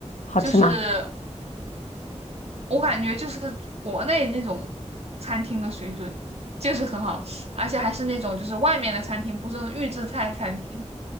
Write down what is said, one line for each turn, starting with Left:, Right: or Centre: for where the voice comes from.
Left: 好吃吗？
Right: 就是我感觉就是国内那种餐厅的水准，就是很好吃，而且还是那种就是外面的餐厅，不是那种预制菜餐厅。